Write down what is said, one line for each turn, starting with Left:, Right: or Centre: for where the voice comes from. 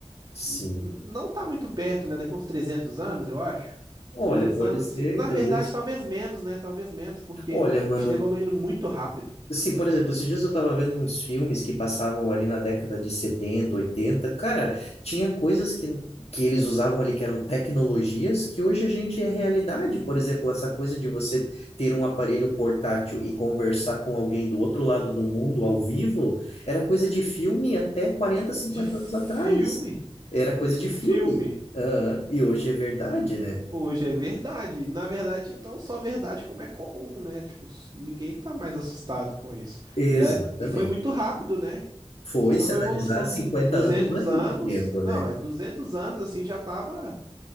Left: sim.
Right: N- n- Não tá muito perto, né? Daqui uns 300 anos, eu acho.
Left: Olha,
Right: Uns 300
Left: pode
Right: anos,
Left: ser,
Right: assim. Na
Left: talvez.
Right: verdade, talvez menos, né? Talvez menos, porque
Left: Olha, mano,
Right: a gente tá evoluindo muito rápido.
Left: Sim, por exemplo, esses dias eu tava vendo uns filmes que passavam ali na década de 70 oitenta Cara, tinha coisas que, que eles usavam ali que eram tecnologias que hoje a gente é realidade. Por exemplo, essa coisa de você ter um aparelho portátil e conversar com alguém do outro lado do mundo ao vivo era coisa de filme até 40 50
Right: De filme?
Left: anos atrás. Era coisa
Right: De
Left: de filme.
Right: filme.
Left: Aham, E hoje é verdade, né?
Right: Hoje é verdade. Na verdade, não só verdade, como é comum, né? Tipo, s- ninguém tá mais assustado com isso.
Left: Exatamente.
Right: E, é, e foi muito rápido, né?
Left: Foi,
Right: Foi
Left: se
Right: uma
Left: analisar
Right: evolução,
Left: 50
Right: assim, duzentos
Left: anos, não é tanto
Right: anos.
Left: tempo,
Right: Não,
Left: né?
Right: é 200 anos, assim, já tava